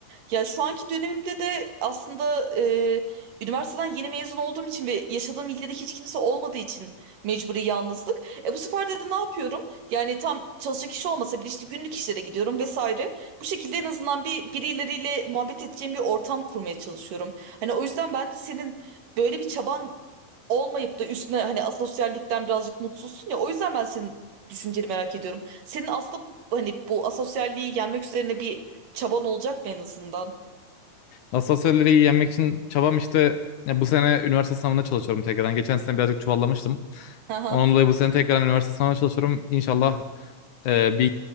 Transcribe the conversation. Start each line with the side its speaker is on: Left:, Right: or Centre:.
Right: Ya şu anki dönemimde de aslında e, üniversiteden yeni mezun olduğum için ve yaşadığım ilde de hiç kimse olmadığı için mecburi yalnızlık. E bu sefer de, de ne yapıyorum? Yani tam çalışacak kişi olmasa bile işte günlük işlere gidiyorum vesaire. Bu şekilde en azından bir birileriyle muhabbet edeceğim bir ortam kurmaya çalışıyorum. Hani o yüzden ben de senin böyle bir çaban olmayıp da üstüne hani asosyallikten birazcık mutsuzsun ya. O yüzden ben senin düşünceni merak ediyorum. Senin aslında hani bu asosyalliği yenmek üzerine bir çaban olacak mı en azından?
Left: Asosyalleri iyi yenmek için çabam işte ya bu sene üniversite sınavına çalışıyorum tekrardan. Geçen sene birazcık çuvallamıştım.
Right: <laughs> Aha.
Left: Ondan dolayı bu sene tekrardan üniversite sınavına çalışıyorum. İnşallah e, bir